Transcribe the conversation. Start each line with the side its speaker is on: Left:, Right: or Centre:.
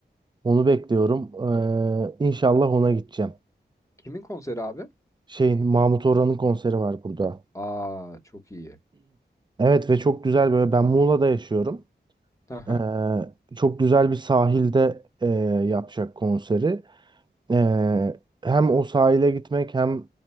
Right: Onu bekliyorum. Ee, inşallah ona gideceğim.
Left: Kimin konseri abi?
Right: Şeyin Mahmut Orhan'ın konseri var burada.
Left: Aa çok iyi.
Right: Evet ve çok güzel böyle ben Muğla'da yaşıyorum.
Left: Aha.
Right: Ee, çok güzel bir sahilde e, yapacak konseri. Ee, hem o sahile gitmek hem